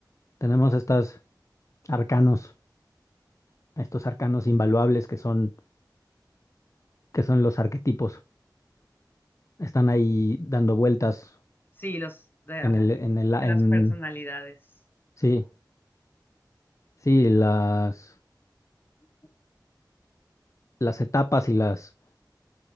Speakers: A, on the left; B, on the left.
A: tenemos estos arcanos, estos arcanos invaluables que son, que son los arquetipos. Están ahí dando vueltas
B: Sí, los de,
A: en
B: ajá,
A: el, en el, en
B: de las personalidades.
A: Sí, sí, las,
B: Sí,
A: las etapas y las,